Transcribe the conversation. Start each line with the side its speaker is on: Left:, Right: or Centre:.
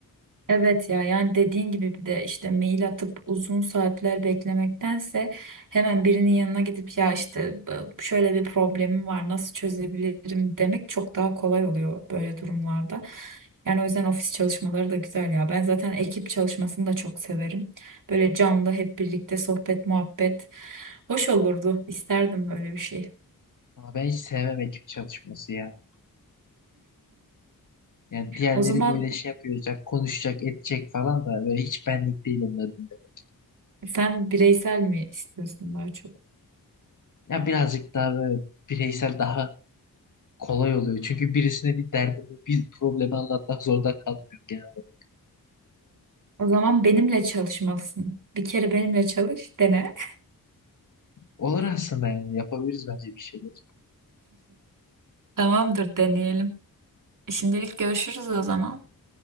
Right: Evet ya yani dediğin gibi bir de işte mail atıp uzun saatler beklemektense hemen birinin yanına gidip ya işte e, şöyle bir problemim var nasıl çözebilirim demek çok daha kolay oluyor böyle durumlarda. Yani o yüzden ofis çalışmaları da güzel ya. Ben zaten ekip çalışmasını da çok severim. Böyle canlı hep birlikte sohbet muhabbet hoş olurdu. İsterdim böyle bir şey.
Left: Ama ben hiç sevmem ekip çalışması ya. Yani diğerleri
Right: O zaman
Left: böyle şey yapacak, konuşacak, edecek falan da böyle hiç benlik değil onların dinlemek.
Right: sen bireysel mi istiyorsun daha çok?
Left: Ya birazcık daha böyle bireysel daha kolay oluyor. Çünkü birisine bir derdimi, bir problemi anlatmak zorunda kalmıyorum genel olarak.
Right: O zaman benimle çalışmalısın. Bir kere benimle çalış, dene.
Left: Olur aslında yani yapabiliriz bence bir şeyler.
Right: Tamamdır, deneyelim. Şimdilik görüşürüz o zaman.